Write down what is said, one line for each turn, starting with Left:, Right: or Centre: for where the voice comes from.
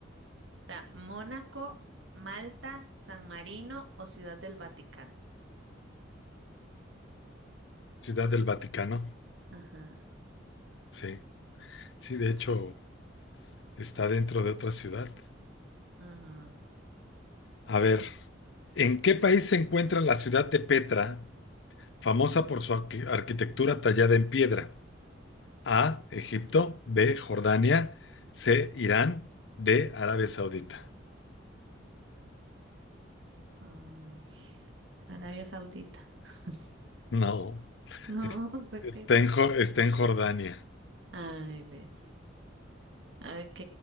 Right: Está Mónaco, Malta, San Marino o Ciudad del Vaticano.
Left: Ciudad del Vaticano.
Right: Ajá.
Left: Sí, sí, de hecho, está dentro de otra ciudad.
Right: Ajá.
Left: A ver, ¿en qué país se encuentra la ciudad de Petra, famosa por su arqui- arquitectura tallada en piedra? A. Egipto. B. Jordania. C. Irán. D. Arabia Saudita.
Right: Ay, Arabia Saudita. <laughs>
Left: No,
Right: No,
Left: es-
Right: espera.
Left: está en, Jo- está en Jordania.
Right: Ay, ves. Ok,